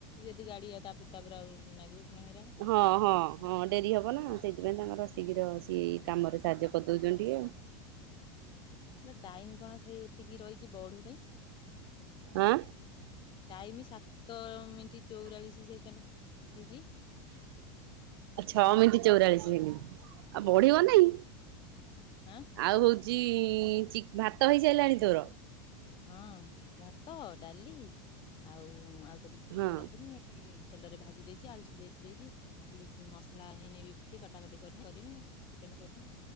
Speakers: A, on the left (about 40°); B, on the right (about 70°).
A: ଦି ଗାଡିଆ ତାପରେ ତାପରେ ଆଉ ନାଗିବ। ପୁଣି ହଇରାଣ
B: ହଁ ହଁ ହଁ ଡେରି ହବ ନା ସେଇଥିପାଇଁ ତାଙ୍କର ଶୀଘ୍ର ସିଏ କାମରେ ସାହାଯ୍ୟ କରିଦୋଉଚନ୍ତି ଟିକେ ଆଉ
A: ଲୋ ଟାଇମ କଣ ସେଇ ଏତିକି ରହିଚି ବଢୁନେଇ
B: ଆଁ।
A: ଟାଇମ ସା ତୋର ଏମିତି ଚଉରାଳିଶ ସେକେଣ୍ଡ ହେଇଚି।
B: ଛଅ ମିନିଟ ଚଉରାଳିଶ ସେକଣ୍ଡ ଆଉ ବଢିବ
A: ସାତ-
B: ନାଇଁ
A: ଆଁ
B: ଆଉ ହୋ ଚି ଚି ଭାତ ହେଇସାରିଲାଣି ତୋର
A: ହଁ ଭାତ ଡାଲି ଆଉ ମା ତ କିଛି
B: ହଁ
A: କରନଥିଲି ତେଲରେ ଭାଜି ଦେଇଛି, ଆଳୁ ସିଝେଇ ଦେଇଛି, ଖାଲି ମସଲା ହେଇନି ବି କିଛି କଟାକଟି କରନି କରିବି, ଚିକେନ କରିବି,